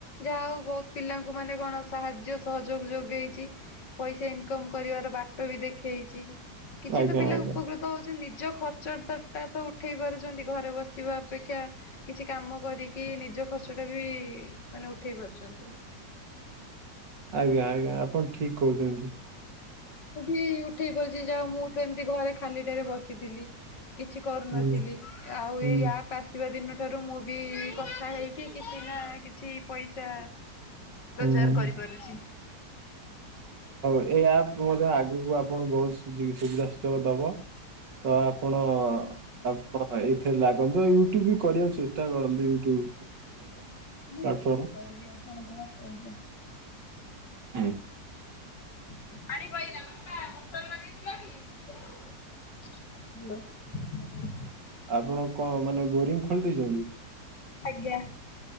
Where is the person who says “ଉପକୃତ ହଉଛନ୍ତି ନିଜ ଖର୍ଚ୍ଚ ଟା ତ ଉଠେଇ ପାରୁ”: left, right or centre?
Left